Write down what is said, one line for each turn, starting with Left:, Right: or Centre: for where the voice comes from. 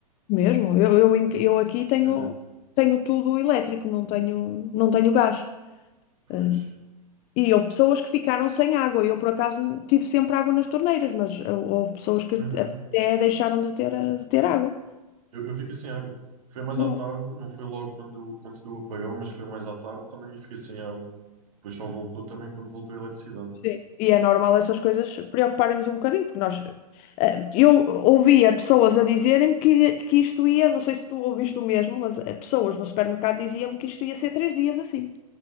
Left: Mesmo, eu, eu, em- eu aqui
Right: dependentes.
Left: tenho, tenho tudo elétrico, não tenho, não tenho gás.
Right: Pois.
Left: Eh, E houve pessoas que ficaram sem água. Eu, por acaso, tive sempre água nas torneiras, mas eh, houve pessoas que
Right: Uhum.
Left: até deixaram de ter, eh, de ter água.
Right: Eu, eu fiquei sem água. Foi mais
Left: Não.
Right: à tarde, não foi logo quando, quando se deu o apagão, mas foi mais à tarde também eu fiquei sem água. E depois só voltou também quando voltou a eletricidade.
Left: Sim. E é normal essas coisas preocuparem-nos um bocadinho, porque nós. eh, Eu ouvia pessoas a dizerem-me que, que isto ia, não sei se tu ouviste o mesmo, mas eh, pessoas no supermercado diziam-me que isto ia ser três dias assim.